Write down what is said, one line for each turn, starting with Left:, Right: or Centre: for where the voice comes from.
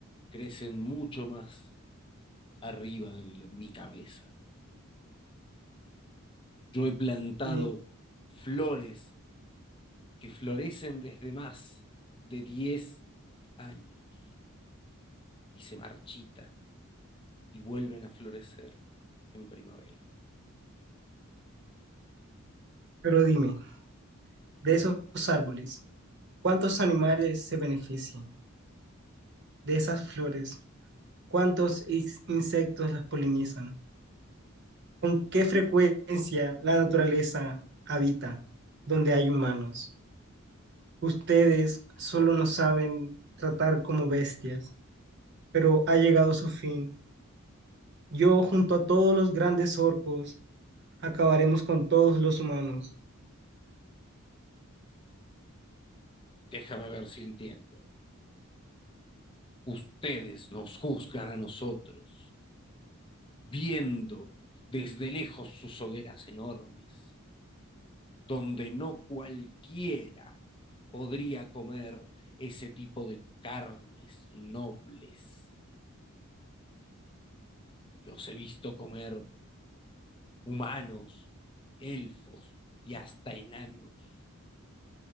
Left: crecen mucho más arriba de lo- mi cabeza. Yo he plantado
Right: Y- di-
Left: flores que florecen desde más de diez años y se marchitan y vuelven a florecer en primavera.
Right: Pero dime, de esos árboles, ¿cuántos animales se benefician? De esas flores, ¿cuántos is- insectos las polinizan? ¿Con qué frecuencia la naturaleza habita donde hay humanos? Ustedes solo nos saben tratar como bestias, pero ha llegado su fin. Yo junto a todos los grandes orcos acabaremos con todos los humanos
Left: Déjame ver si entiendo. Ustedes nos juzgan a nosotros viendo desde lejos sus hogueras enormes, donde no cualquiera podría comer ese tipo de carnes nobles. Los he visto comer humanos, elfos y hasta enanos.